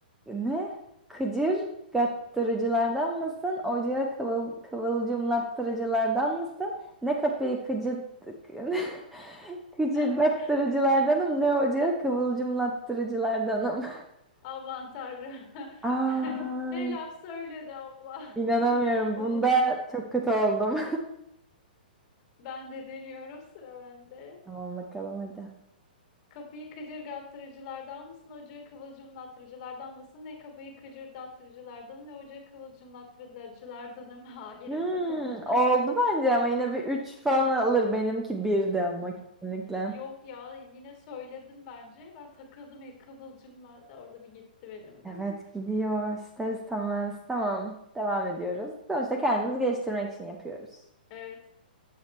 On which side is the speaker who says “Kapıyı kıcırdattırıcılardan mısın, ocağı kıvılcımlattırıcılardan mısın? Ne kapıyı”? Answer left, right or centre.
Left